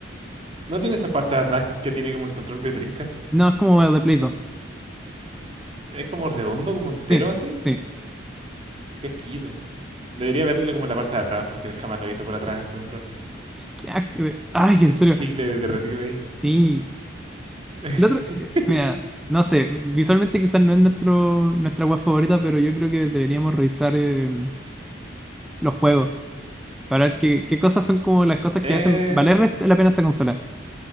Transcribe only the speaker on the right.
¿No tiene esa parte de atrás que tiene como el control de Dreamcast?
Es como redondo, como entero
así.
Qué esquido. Debería verle como la parte de atrás porque jamás lo he visto por atrás ese control.
El
chicle de derretido ahí.
<laughs>
Eh,